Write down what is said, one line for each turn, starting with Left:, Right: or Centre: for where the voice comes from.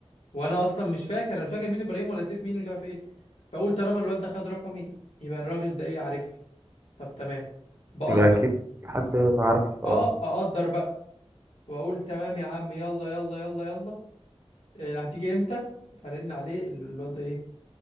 Left: وانا اصلا مش فاكر انا مش فاكر مين ابراهيم ولا سيف مين مش عارف ايه فاقول طالما الواد ده خد رقمي يبقى الراجل ده ايه عارفني طب تمام بقدر
Right: يبقى اكيد حد ما عارف
Left: اه
Right: اه
Left: اقدر بقى واقول تمام يا عم يلا يلا يلا يلا آه، هتيجي امتى ارن عليه ال- الواد ده ايه